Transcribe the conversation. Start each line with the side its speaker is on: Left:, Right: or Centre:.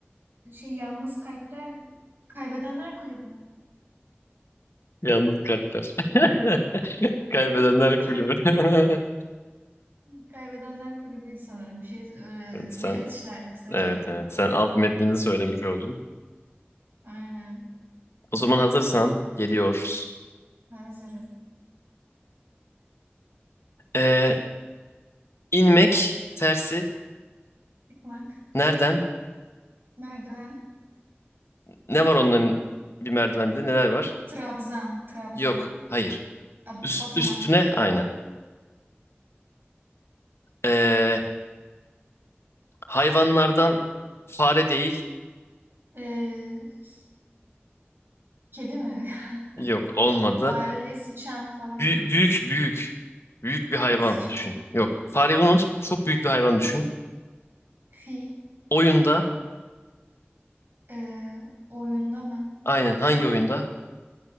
Right: Ee, şey Yalnız Kalpler Kaybedenler Kulübü.
Left: Yalnız kalpler. <laughs>
Right: <laughs>
Left: Kaybedenler kulübü.
Right: Türe-
Left: <laughs>
Right: Kaybedenler Kulübü'ydü sanırım. Bir şey ee,
Left: Evet sen
Right: Nejat işlerdi kısaca.
Left: evet evet sen alt metnini söylemiş oldun.
Right: Aynen.
Left: O zaman hazırsan geliyoruz.
Right: Hazırım.
Left: Ee, inmek tersi
Right: Çıkmak.
Left: nereden?
Right: Merdiven.
Left: Ne var onların bir merdivende neler var?
Right: Trabzan. Trabzan.
Left: Yok. Hayır.
Right: Ab-
Left: Üst,
Right: Basamak.
Left: üstüne aynen. Ee, hayvanlardan fare değil.
Right: Ee, s- kedi mi?
Left: Yok olmadı.
Right: <laughs> Fare değil, sıçan falan
Left: Bü-
Right: mı?
Left: büyük büyük. Büyük bir hayvan
Right: Ee, sıçan.
Left: düşün. Yok. Fareyi unut. Çok büyük bir hayvan düşün.
Right: Fil.
Left: Oyunda
Right: Ee, oyunda mı?
Left: Aynen hangi oyunda?